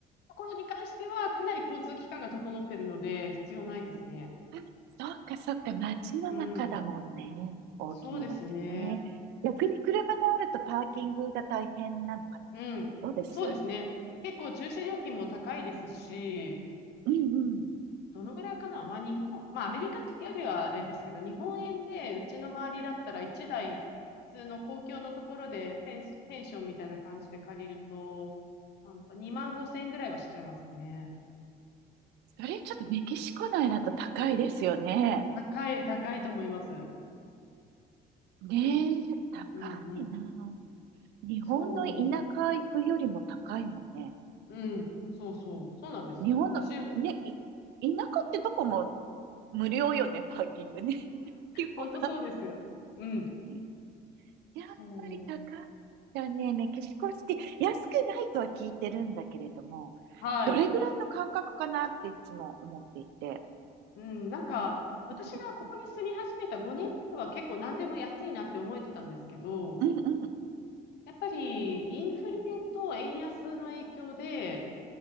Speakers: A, on the left; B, on the right.
A: ところに関しては、かなり交通機関が整っているので、必要ないですね。
B: あ、そっかそっか、街の中だもんね。
A: うん。
B: 大きな街ね。
A: そうですね。
B: 逆に車があるとパーキングが大変なのかな
A: うん。
B: どうです
A: そうですね。結構駐車料金も高いですし、
B: うんうん。
A: どのぐらいかなまあ日本、まあアメリカよりはあれですけど、日本円でうちの周りだったら1台、
B: うん
A: 普通の公共のところでペン、ペンションみたいな感じで借りると、2万5千円ぐらいはしちゃいますかね。
B: それちょっとメキシコ内だと高いですよね。
A: 高い、高いと思います。
B: ねえ、高いなあ。
A: うんうん。
B: 日本の田舎行くよりも高いもんね。
A: そう、うん、そうそう、そうなんです。
B: 日本の、
A: 私、<laughs>
B: ね、い田舎ってどこも無料よね、パーキングね。<laughs> 基本。
A: 本当そうですよ。うん、
B: <laughs> やっぱり高いんだね。
A: そう。
B: メキシコシティ。安くないとは聞いてるんだけれども、
A: はい。
B: どれぐらいの感覚かなっていつも思っていて。
A: うん、なんか、私がここに住み始めた5年目は結構何でも安いなって思えてたんですけど、
B: うんうんうん。
A: やっぱりインフレと円安の影響で、